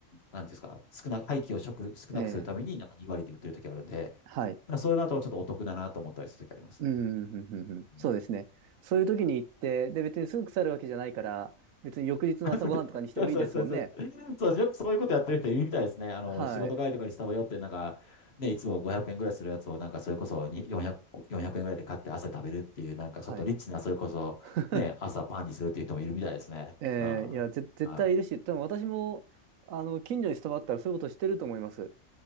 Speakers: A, on the left; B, on the right.
A: なんていうんですか、少な、廃棄を食、少なくするために、
B: ええ、
A: なんか2割で売ってる時あるんで、
B: はい。
A: まあそういうのだとちょっとお得だなと思ったりする時ありますね。
B: うん、うん、うん、うん。
A: うん
B: そうですね。そういう時に行って、で、別にすぐ腐るわけじゃないから、別に翌日の朝ごはんとかにしてもいいですもんね。
A: <laughs> そうそうそうそう。そうよくそういうことやってる人いるみたいですね。あの、
B: はい。
A: 仕事帰りとかにスタバ寄って、なんか、ね、いつも500円ぐらいするやつを、なんかそれこそに400、4円ぐらいで買って朝食べるっていう、なんかちょっとリッチな、
B: はい。
A: それこそ、
B: <laughs>
A: ね、朝パンにするっていう人もいるみたいですね。
B: ええ、
A: うん。は
B: いや、ぜ、絶対いるし、
A: い。
B: 多分私も、あの、近所にスタバあったらそういうことしてると思います。